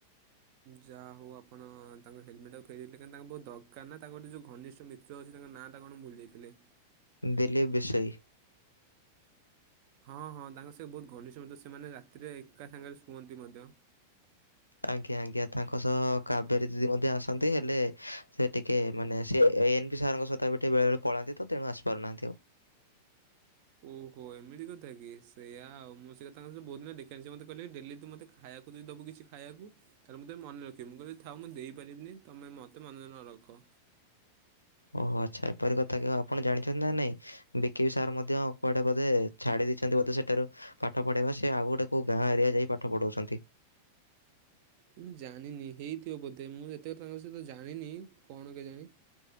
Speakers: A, on the right; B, on the left.
A: ଯାଆ ହଉ ଆପଣ ତାଙ୍କ ହେଲମେଟ୍ ଟାକୁ ଫେରେଇଲେ କାଇଁ ତାଙ୍କ ବହୁତ ଦକାର ନା ତାଙ୍କର ଟି ଯୋଉ ଘନିଷ୍ଟ ମିତ୍ ତ୍ର ଅଛି ତାଙ୍କ ନାଁ ଟା କଣ ଭୁଲି ଯାଇଥିଲେ।
B: ଦିଲ୍ଲୀପ ବିଷୋଇ।
A: ହଁ ହଁ ତାଙ୍କ ସେ ବହୁତ ଘନିଷ୍ଠ ବନ୍ଧୁ ସେମାନେ ରାତିରେ ଏକା ସାଙ୍ଗରେ ଶୁଅନ୍ତି ମଧ୍ୟ।
B: ଆଜ୍ଞା ଆଜ୍ଞା ତାଙ୍କ ସହ କାବେରୀ ଦିଦି ମଧ୍ୟ ଆସନ୍ତି ହେଲେ ସେ ଟିକେ ମାନେ ସେ ଏଇନ୍ ସେ ସାର୍ ଙ୍କ ସହିତ ବୋଟେ ବେଳେ ବେଳେ ପଳାନ୍ତି ତ ତେଣୁ ଆସିପାରୁନାହାନ୍ତି ଆଉ।
A: ଓହୋ ଏମିତି କଥା କି ସେୟଆ ଆଉ ମୁଁ ସେୟା ତାଙ୍କ ସହିତ ବହୁତ ଦିନ ହେଲା ଦେଖା ହେଇନି ସେ ମତେ କହିଲେ କି ଡେଲି ତୁ ମତେ ଖାଇଆକୁ ଯେଦି ଦବୁ କିଛି ଖାଇଆକୁ ତାହେଲେ ମୁଁ ତତେ ମନେ ରଖିବି। ମୁଁ କହିଲି ଥାଉ ମୁଁ ଦେଇପାରିବିନି ତମେ ମତେ ମନେ ନ ରଖ।
B: ଓହୋ ଆଚ୍ଛା। ଏପରି କଥା କହ ଆପଣ ଜାଣିଛନ୍ତି ନା ନାଇଁ ବିକିିବି ସାର୍ ମଧ୍ୟ କୁଆଡେ ବୋଧେ ଛାଡି ଦେଇ ଛନ୍ତି। ବୋଧେ ସେଠାରୁ ପାଠ ପଢେଇବା ସେ ଆଉ ଗୋଟେ କୋଉ ଗାଁ ଏରିଆ ଯାଇ ପାଠ ପଢଉଛନ୍ତି।
A: ମୁଁ ଜାଣିନି ହେଇଥିବ ବୋଧେ ମୁଁ ଏତେ କଥା ତାଙ୍କ ସହିତ ଜାଣିନି କଣ କେଜାଣି?